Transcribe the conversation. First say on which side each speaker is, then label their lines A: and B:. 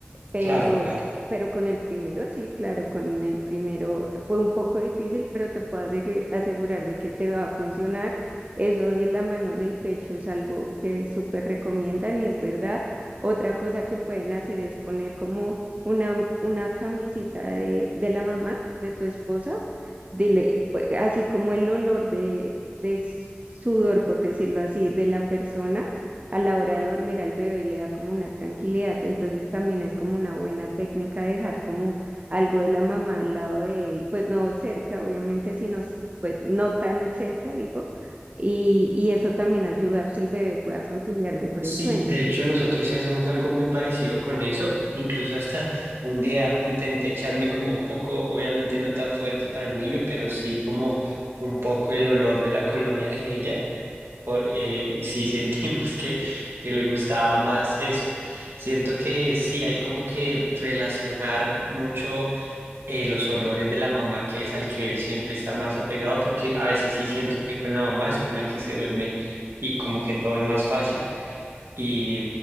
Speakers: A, on the right; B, on the right.
A: pero,
B: Claro.
A: Claro. pero con el primero, sí, claro, con el primero fue un poco difícil, pero te puedo asegu- asegurar de que te va a funcionar. Eso de la mano en el pecho es algo que súper recomiendan y es verdad. Otra cosa que pueden hacer es poner como una, una camisita de, de la mamá, de tu esposa, dile, pues, así como el olor de, de sudor, por decirlo así, de la persona a la hora de dormir al bebé le da como una tranquilidad, entonces también es como una buena técnica dejar como algo de la mamá al lado de él, pues no cerca, obviamente, sino s- pues no tan cerca, digo, y, y eso también ayuda a que el bebé pueda conciliar mejor
B: Sí,
A: el sueño.
B: de hecho nosotros sí hacemos algo muy parecido con eso. Incluso hasta un día intenté echarme como un poco, obviamente no tan fuerte para el niño, pero sí como un poco el olor de la colonia de ella. Por, eh, sí <laughs> sentimos que, que le gustaba más eso. Siento que sí, hay como que relacionar mucho eh, los olores de la mamá, que es al que él siempre está más apegado, porque a veces sí siento que con la mamá es con la que se duerme y como que todo es más fácil y